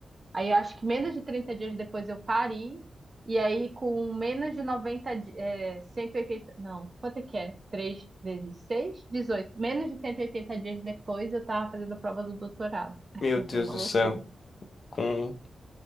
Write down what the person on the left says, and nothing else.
Meu Deus
do
céu. Com...